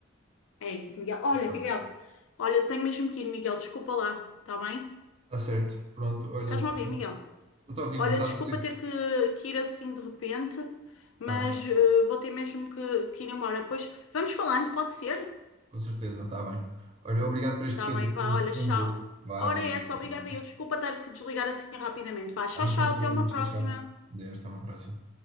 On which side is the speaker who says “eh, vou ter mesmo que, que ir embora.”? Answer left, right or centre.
Left